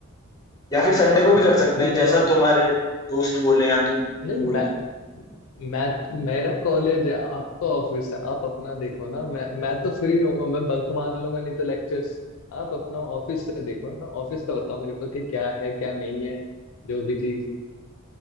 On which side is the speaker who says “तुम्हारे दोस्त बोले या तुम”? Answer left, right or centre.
Left